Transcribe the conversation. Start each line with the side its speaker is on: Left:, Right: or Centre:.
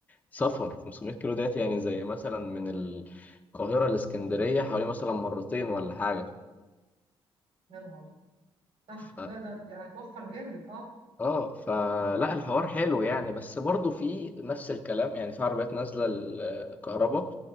Left: سفر 500 كيلو ديت يعني زي مثلا من القاهرة لإسكندرية حوالي مثلا مرتين ولا حاجة
Right: يا نهاري صح
Left: ف...
Right: لا ده يعني هتوفر جامد اه
Left: اه فلا الحوار حلو يعني بس برضه في نفس الكلام يعني في عربيات نازله الكهرباء